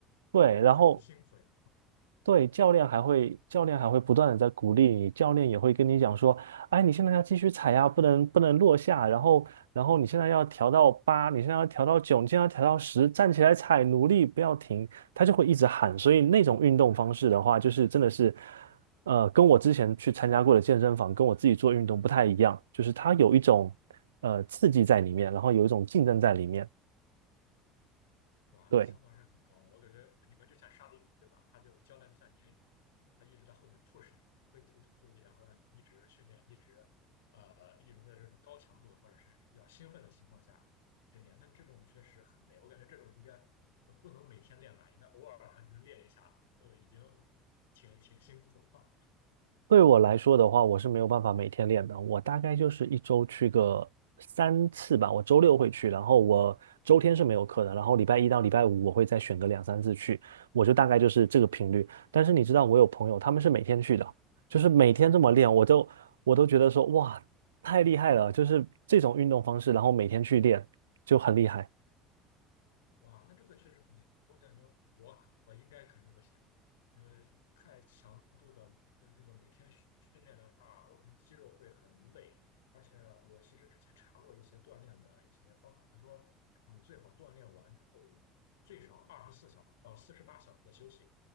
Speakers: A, on the right; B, on the left.
A: 对，
B: 但是感觉很辛苦诶。
A: 然后对，教练还会，教练还会不断的在鼓励你，教练也会跟你讲说，哎，你现在要继续踩呀，不能不能落下，然后然后你现在要调到八，你现在要调到九，你现在要调到十，站起来踩，努力不要停，他就会一直喊。所以那种运动方式的话，就是真的是，呃，跟我之前去参加过的健身房，跟我自己做运动不太一样，就是它有一种呃刺激在里面，然后有一种竞争在里面。
B: 哇，那强度还是很高的。
A: 对。
B: 我感觉你们就像沙丁鱼，对吧？它就教练就像鲶鱼，它一直在后面 push 你，推推推，然后让你一直训练，一直呃一直在这种高强度或者是比较兴奋的情况下训练。那这种确实很累，我感觉这种应该呃不能每天练吧，应该偶尔可能练一下，呃，已经挺挺辛苦了。
A: 对我来说的话，我是没有办法每天练的。我大概就是一周去个三次吧。我周六会去，然后我周天是没有课的，然后礼拜一到礼拜五我会再选个两三次去，我就大概就是这个频率。但是你知道，我有朋友他们是每天去的，就是每天这么练，我都我都觉得说哇，太厉害了！就是这种运动方式，然后每天去练就很厉害。
B: 哇，那这个确实很累，我感觉我我应该肯定不行。因为太强度的呃这个每天训练的话，我感觉肌肉会很累。而且我其实之前查过一些锻炼的一些方法，他说你最好锻炼完之后有最少二十四小时到四十八小时的休息，